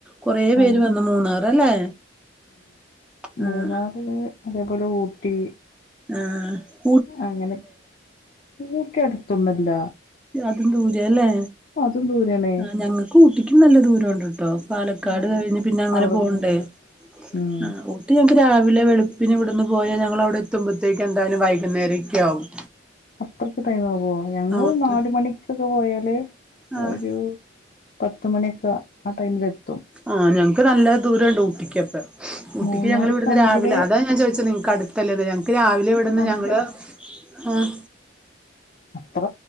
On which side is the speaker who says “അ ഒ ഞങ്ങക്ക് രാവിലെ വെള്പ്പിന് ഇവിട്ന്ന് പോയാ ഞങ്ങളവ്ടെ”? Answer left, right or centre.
Centre